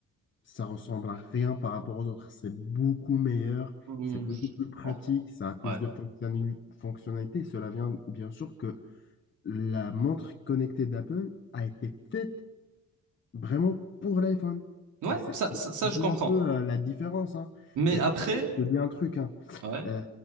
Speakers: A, on the left; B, on the right.
A: ça ressemble à rien par rapport aux autres. C'est beaucoup meilleur,
B: Hmm,
A: c'est beaucoup
B: je-
A: plus pratique,
B: oh,
A: ça a plus
B: Ouais,
A: de fonctionnali- fonctionnalités. Cela vient bien sûr que la montre connectée d'Apple a été faite vraiment pour l'iPhone.
B: ouais,
A: Et c'est
B: ça,
A: c'est- c'est
B: ça, ça, je
A: d'où
B: comprends.
A: un peu euh, la différence. hein.
B: Mais
A: Et
B: après,
A: après, je te dis un truc, hein.
B: ouais.
A: Euh,